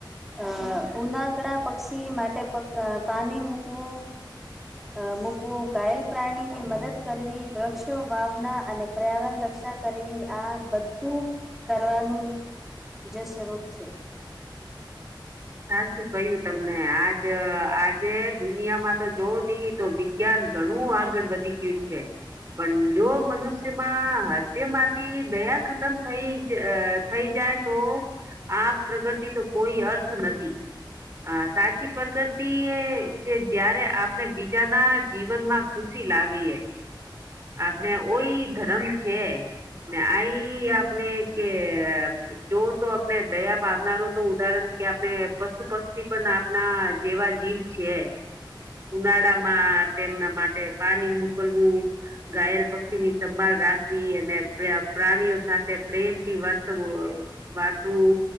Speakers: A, in the centre; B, on the right.
A: અ ઉનાકડા પક્ષી માટે પાણી મૂકવું. અ મૂકવું ઘાયલ પ્રાણી ની મદદ કરવી વૃક્ષો વાવના અને પર્યાવરણ રક્ષા. કરવી આ બધું કરવાનું જસરૂપ છે.
B: સાચું કું તમને આજ આજે દુનિયામાં તો જોવ નહી. તો વિજ્ઞાન ઘણું આગળ વધી ગયું છે. પણ જો મનુષ્યમાં હદ્યમાંથી દયા ખતમ થઈ અ. થઈ જાય તો આ પ્રગતિ તો કોઈ અર્થ નથી. હ સાચી પ્રગતિ એ છે જયારે આપણે બીજાના. જીવન માં ખુશી લાવીએ. આપણે ઓઈ ધર્મ છે ને આઈ આપણે કે. જો તો આપણે દયા ભાવનારો તો ઉદાહરણ કે આપણે પશુ પક્ષી પણ આપના જેવા જીવ. છે ઉનાળા માં તેમના માટે પાણી મોકલવું. ઘાયલ પક્ષી ની સંભાળ રાખવી અને પ્રાણીઓ સાથે પ્રેમ થી વર્તવ વાતું